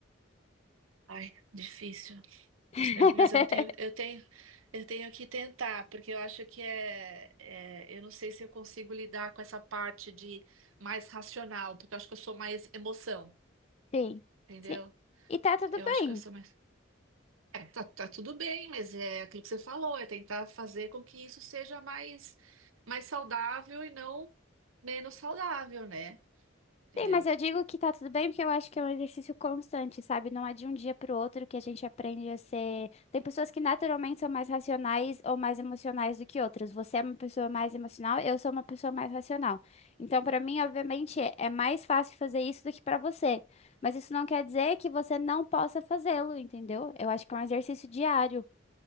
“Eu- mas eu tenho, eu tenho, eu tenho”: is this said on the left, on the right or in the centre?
Right